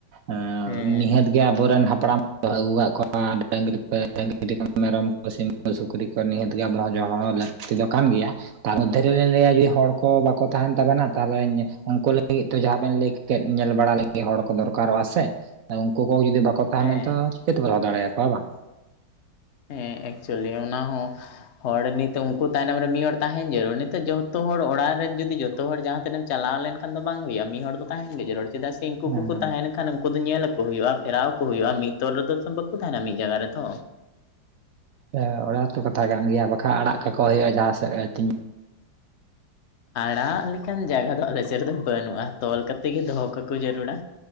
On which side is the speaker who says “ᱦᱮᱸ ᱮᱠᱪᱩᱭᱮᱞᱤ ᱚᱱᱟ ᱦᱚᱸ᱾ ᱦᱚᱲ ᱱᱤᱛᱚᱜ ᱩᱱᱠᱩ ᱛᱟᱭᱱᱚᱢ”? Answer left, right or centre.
Left